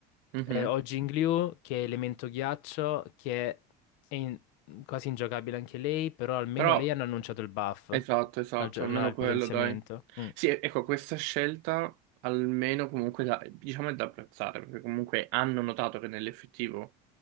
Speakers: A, on the right; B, on the left.
A: Mhm.
B: Eh, ho Jingliu che è elemento ghiaccio, che è in- quasi ingiocabile anche lei, però almeno
A: Però,
B: lei hanno annunciato il buff,
A: esatto, esatto,
B: la gio-
A: almeno
B: la- il
A: quello,
B: potenziamento.
A: dai.
B: Mm.
A: Sì, e- ecco, questa scelta almeno comunque da, diciamo è da apprezzare, perché comunque hanno notato che nell'effettivo